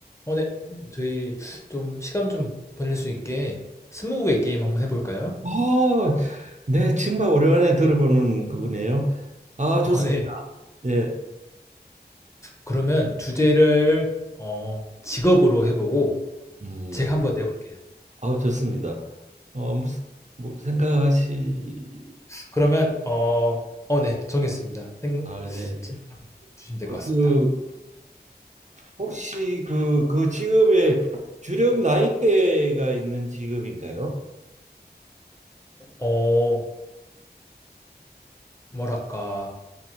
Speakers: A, on the left (about 15°); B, on the right (about 45°).
A: 어, 네. 선생님, 저희 좀 시간 좀 보낼 수 있게 스무고개 게임 한번 해볼까요?
B: 어, 네, 정말 오랜만에 들어보는 그거네요. 아, 좋습니다.
A: 어, 네.
B: 네,
A: 그러면 주제를 어, 직업으로 해보고
B: 음,
A: 제가 한번 내볼게요.
B: 아, 좋습니다. 어, 무슨 뭐 생각하시?
A: 그러면 어, 어, 네. 정했습니다. 생,
B: 아, 네.
A: 질문 한번 주시면 될
B: 어,
A: 것 같습니다.
B: 그 혹시 그 그 직업의 주력 나이대가 있는 직업인가요?
A: 어, 뭐랄까.